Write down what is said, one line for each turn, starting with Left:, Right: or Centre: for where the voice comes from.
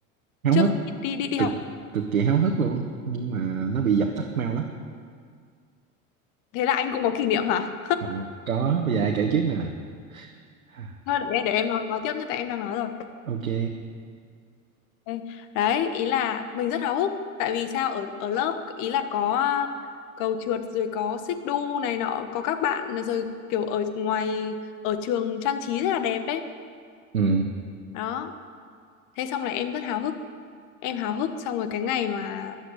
Right: háo
Left: trước
Right: hức
Left: khi đi đi đi
Right: cực
Left: học
Right: cực kỳ háo hức luôn nhưng mà nó bị dập tắt mau lắm
Left: thế là anh cũng có kỷ niệm hả
Right: à, có bây giờ ai kể trước nè À,
Left: thôi để, để em nói nói tiếp như tại em đang nói rồi
Right: ok
Left: Đấy, Đấy, ý là mình rất háo hức tại vì sao ở ở lớp ý là có cầu trượt rồi có xích đu này nọ có các bạn à, rồi kiểu ở ngoài ở trường trang trí rất là đẹp ấy
Right: ừ
Left: đó thế xong là em rất háo hức em háo hức xong rồi cái ngày mà